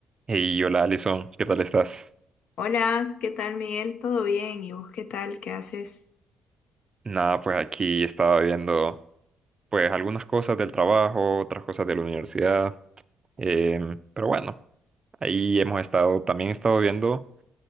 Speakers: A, on the right; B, on the left.
A: Hey, hola Alison, ¿qué tal estás?
B: Hola, ¿qué tal Miguel? ¿Todo bien? ¿Y vos qué tal? ¿Qué haces?
A: Nada, pues aquí estaba viendo pues algunas cosas del trabajo, otras cosas de la universidad, em, pero bueno, ahí hemos estado, también he estado viendo